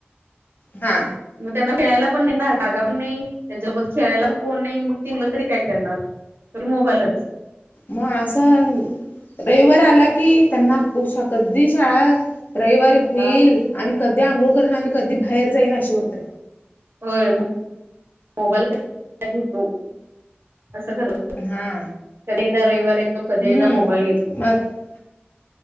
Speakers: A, on the left; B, on the right.
A: हा.
B: मग त्यांना खेळायला पण नाही ना जागा पण नाही त्यांच्यासोबत खेळायला पण कोण नाही मग ती मुलं तरी काय करणार. तरी मोबाईलच.
A: मग असं रविवार आला की त्यांना उषा कधी शाळा. रविवारी फील
B: हा
A: आणि कधी अंघोळ करन आणि कधी बाहेर जाईन असे होतं.
B: होय मोबाईल घेतो असं कर.
A: हा
B: कधी एकदा रविवार येतो कधी
A: हम्म
B: एकदा मोबाईल घेतो.
A: मग